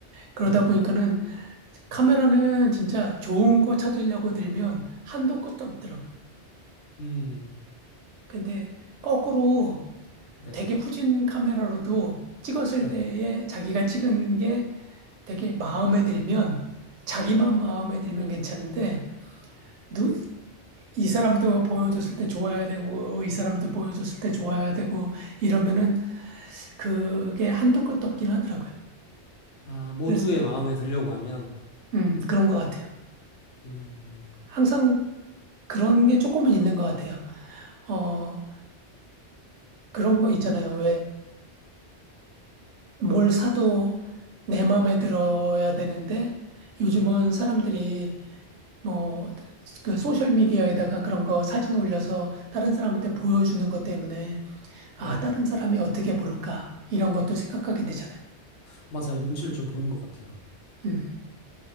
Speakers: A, on the right (about 85°); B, on the left (about 80°).
A: 그러다
B: 어,
A: 보니까는 카메라는 진짜 좋은 거 찾으려고 들면 한도 끝도 없더라고요.
B: 음,
A: 근데 거꾸로
B: 네,
A: 되게 후진 카메라로도 찍었을
B: 네.
A: 때에 자기가 찍은 게 되게 마음에 들면 자기만 마음에 들면 괜찮은데 누, 이 사람도 보여줬을 때 좋아야 되고 이 사람도 보여줬을 때 좋아야 되고 이러면은 그게 한도 끝도 없긴 하더라고요.
B: 아, 모두의
A: 그래서
B: 마음에 들려고 하면,
A: 음 그런 것 같아요.
B: 음,
A: 항상 그런 게 조금은 있는 것 같아요. 어 그런 거 있잖아요. 뭘 사도 내 마음에 들어야 되는데 요즘은 사람들이 뭐 그 소셜 미디어에다가 그런 거 사진 올려서 다른 사람한테 보여주는 것 때문에
B: 네.
A: 아, 다른 사람이 어떻게 볼까? 이런 것도 생각하게 되잖아요.
B: 맞아요. 눈치를 좀 보는 것 같아요.
A: 음.